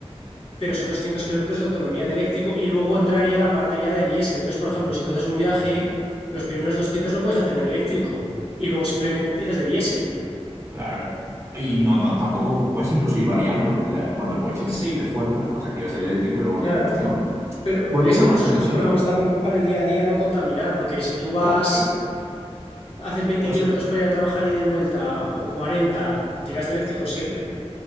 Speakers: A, on the left; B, on the right.
A: pero son 200 kilómetros de autonomía de eléctrico y luego entraría la parte ya de diésel. Entonces, por ejemplo, si tú haces un viaje, los primeros 200 lo puedes hacer en eléctrico y luego simplemente tiras de diésel.
B: Claro. Y no, no, tampoco puedes incluso ir variando. La- cuando el coche
A: Sí,
B: necesite fuerza, pues activas el eléctrico y luego
A: claro.
B: el combustión.
A: Pero
B: Volviendo
A: ese-
B: más
A: esos
B: al
A: coches,
B: tema,
A: por ejemplo, están muy bien para el día a día no contaminar, porque si tú vas,
B: claro.
A: haces 20
B: O
A: kilómetros
B: sea,
A: para ir a trabajar ida y vuelta o cuarenta tiras de eléctrico siempre.